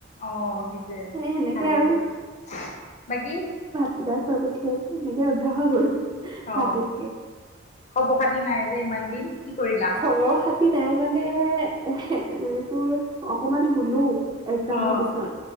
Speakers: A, on the left (about 35°); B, on the right (about 20°).
A: অ সেইটোয়ে
B: সেই সেনেকে
A: ভালেই
B: আৰু
A: দিয়া বাকী?
B: তেতিয়া খুৱাই পঠিয়াইছে সেনেকে অভ্যাস হৈ গ'ল।
A: অ
B: ভাতে থাকে।
A: খবৰ, খাতি নাই যে ইমান দিন। কি কৰিলা।
B: খবৰ খাতি নাই মানে এ এইবোৰ অকমান হুনো। এক্সামৰ
A: অ',
B: পিছত,